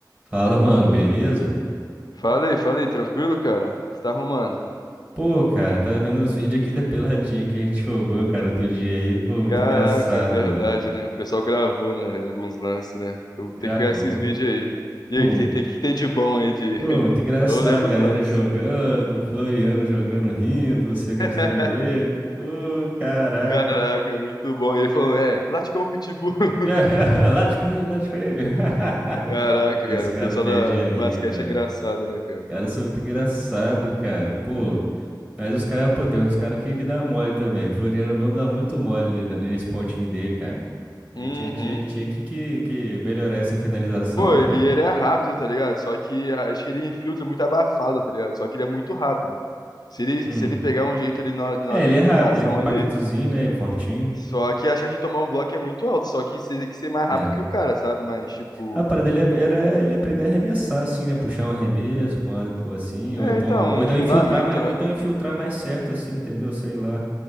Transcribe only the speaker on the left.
Falei, falei, tranquilo, cara? Você tá arrumando?
Caraca,
verdade,
né? O pessoal gravou, né, velho, alguns lances, né? Eu
tenho que pegar esses vídeos aí. E
aí, o que tem, tem, que tem de bom aí de...
<laughs>
Eu lembro
os lances.
<laughs>
Caraca, muito bom. E ele falou, é, late igual o Pitbull. <laughs>
Caraca,
cara,
o pessoal
da,
do basquete
é engraçado, né, cara?
Uhum.
Pô, e
ele é rápido, tá ligado? Só que acho que ele infiltra muito abafado, tá ligado? Só que ele é muito rápido. Se ele,
se ele pegar um jeito ali na, hora de-
na, na
infiltração
ali,
Só que a chance de tomar um bloco é muito alta, só que você tem que ser mais rápido
que o cara, sabe? Mas, tipo,
é,
então,
um fundamento,
né?